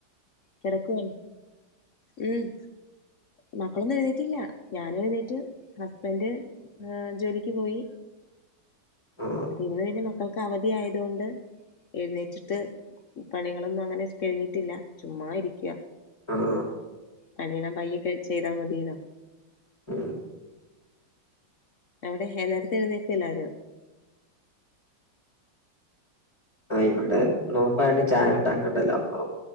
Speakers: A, on the left (about 60°); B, on the left (about 15°).
A: കെടക്കുവാണ് ഉം മക്കളൊന്നും എഴുന്നേറ്റില്ല ഞാന് എഴുന്നേറ്റ് ഹസ്ബന്ഡ് ആഹ് ജോലിക്ക് പോയി
B: <inaudible> ആ
A: ഇന്ന് പിന്നെ മക്കൾക്ക് അവധി ആയതുകൊണ്ട് എഴുന്നേറ്റിട്ട് പണികളൊന്നും അങ്ങനെ കഴിഞ്ഞിട്ടില്ല ചുമ്മാ ഇരിക്ക്യ
B: ആഹ്
A: പണിയെല്ലാം പയ്യൊക്കെ ചെയ്താൽ മതിയല്ലോ
B: ഉം
A: അവിടെ നേരത്തെ എഴുന്നേക്കുമോ എല്ലാവരും
B: ആഹ് ഇവിടെ നോമ്പ് ആയോണ്ട് ചായ ഉണ്ടാക്കണ്ടല്ലോ അപ്പൊ